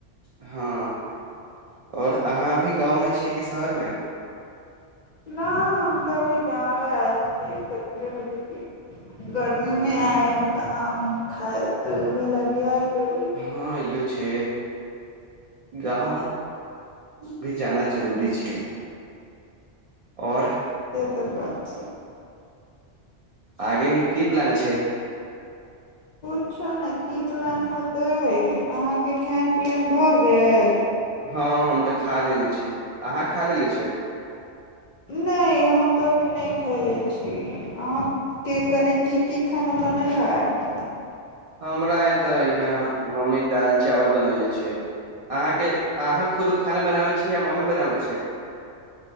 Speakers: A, on the right (about 60°); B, on the left (about 50°).
A: हँ आओर अहाँ अभी गाँवमे छी कि शहरमे
B: न हम तऽ अभी गांव आएल छी सोचने रही की गर्मीमे
A: हँ
B: आयब आम उम खाए तो इहे लगि आये गे
A: हँ इहो छै गाँव भी जाना जरूरी छै आओर
B: त बात छै
A: आगे की प्लान छै
B: अच्छा ने की प्लान होतै अहाँके खायन पियन भऽ गेल
A: हँ हम तऽ खा लेलेे छी अहाँ खा लेले छियै
B: नहि हम तऽ अभी नहि खयले छी अहाँके कने की की खाना बनल हैत
A: हमरा य तऽ यहाँ मम्मी दालि चावल बनयनेे छिय अहाँके अहाँ खुद खाना बनाबै छिय या मम्मी बनाबै छै